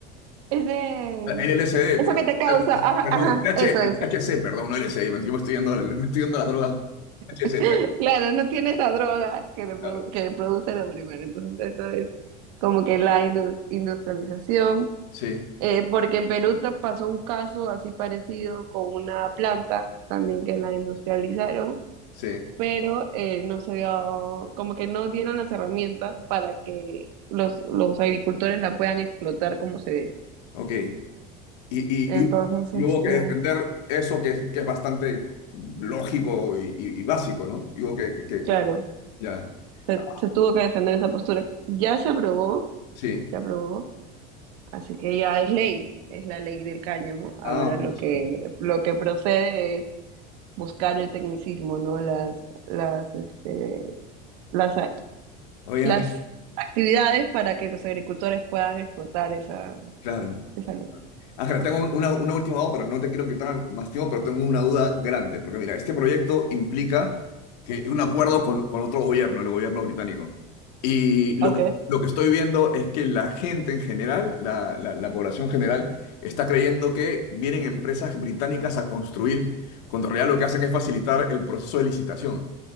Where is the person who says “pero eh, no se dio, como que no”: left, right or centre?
Right